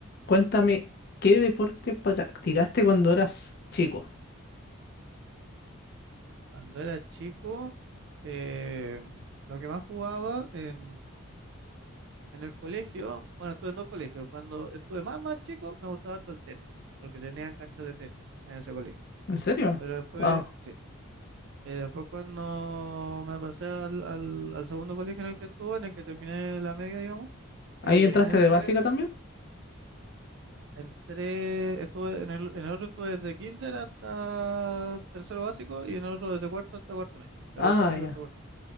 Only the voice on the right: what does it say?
Cuando era chico, eh, lo que más jugaba en, en el colegio, bueno, estuve en dos colegios. Cuando estuve más, más chico, me gustaba todo el tenis, porque tenían canchas de tenis en ese colegio.
Pero después,
sí. Eh, después cuando me pasé al, al, al segundo colegio en el que estuve, en el que terminé la media, digamos,
eh,
en ese
entré, estuve en el, en el otro estuve desde kinder hasta tercero básico y en el otro desde cuarto hasta cuarto medio, de
cuarto básico
hasta cuarto